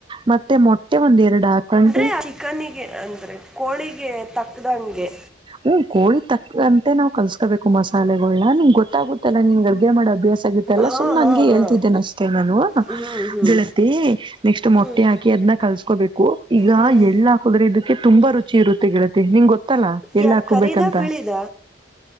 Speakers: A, on the right; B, in the centre.
A: ಮತ್ತೆ ಮೊಟ್ಟೆ ಒಂದ್ ಎರಡು ಹಾಕೊಂಡು
B: ಅಂದ್ರೆ ಚಿಕನಿಗೆ ಅಂದ್ರೆ ಕೋಳಿಗೆ ತಕ್ದಂಗೆ
A: ಹ್ಮ ಕೋಳಿ ತಕ್ಕಂತೆ ನಾವ್ ಕಲ್ಸ್ಕೋಬೇಕು ಮಸಾಲೆಗಳ ನಿಮ್ ಗೊತ್ತ ಗೊತ್ತಾಗುತ್ತೆಲ್ಲಾ ನಿನ್ಗೆ ಅರ್ಗೆ ಮಾಡ ಅಭ್ಯಾಸ ಆಗಿೆ ಎಲ್ಲಾ
B: ಹಾ
A: ಸುಮ್ಮ್
B: ಹಾ
A: ಹಂಗೆ
B: ಹಾ
A: ಹೇಳ್ತಿದ್ದೇನೆ ಅಷ್ಟೆ ನಾನು
B: ಹ್ಮ್ ಹ್ಮ್
A: ಗೆಳತಿ ನೆಕ್ಸ್ಟ್ ಮೊೆ
B: ಹ್ಮ್
A: ಹಾಕಿದನ್ನ ಕಲ್ಸ ಹಾಕೋಬೇಕು ಈಗ
B: ಹ್ಮ್
A: ಎಳ್ಳು ಹಾಕದ್ರೆ ಇದಕ್ಕೆ ತುಂಬಾ ರುಚಿ ಇರುತ್ತೆ ಗಳತ್ತೆ ನಿಂಗ ಗೊತ್ತಲ್ಲ ಎಳ್
B: ಯಾವ್ದ್
A: ಹಾಕೋಬೇಕಂತ
B: ಕರಿದ ಬಿಳಿದ